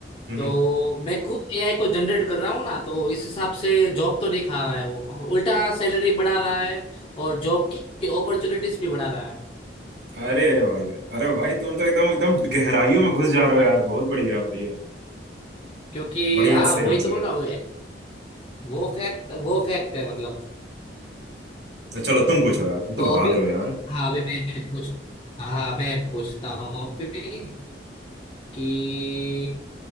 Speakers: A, on the right; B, on the left.
A: हम्म
B: तो मैं खुद एआई को जनरेट कर रहा हूँ ना तो इस हिसाब से जॉब तो नहीं खा रहा है वो उल्टा सैलरी बढ़ा रहा है और जॉब की अपॉर्चुनिटीज भी बढ़ा रहा है
A: अरे अरे भाई भाई अरे भाई तुम तो एकदम एकदम गहराइयों में घुस जा रहे हो यार बहुत बढ़िया बढ़िया
B: क्योंकि
A: बढ़िया
B: हाँ
A: सही
B: वही
A: आंसर
B: तो बोल
A: है
B: रहा हूँ वो फैक्ट वो फैक्ट है मतलब
A: अच्छा, चलो तुम पूछो यार तुम तो
B: तो
A: बता
B: अभी
A: दे रहे हो यार
B: हाँ अभी मैं पूछ हाँ मैं पूछता हूँ अभी कि